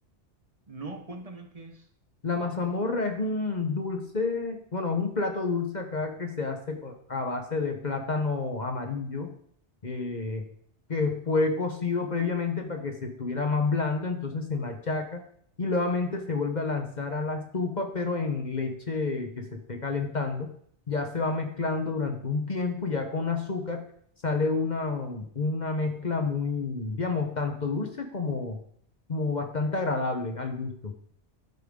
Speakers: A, on the right; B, on the left.
A: No, cuéntame qué es.
B: La mazamorra es un dulce, bueno, es un plato dulce acá que se hace co- a base de plátano amarillo, eh, que fue cocido previamente para que se estuviera más blando, entonces se machaca y nuevamente se vuelve a lanzar a la estufa, pero en leche que se esté calentando. Ya se va mezclando durante un tiempo, ya con azúcar sale una, una mezcla muy, digamos, tanto dulce como, como bastante agradable al gusto.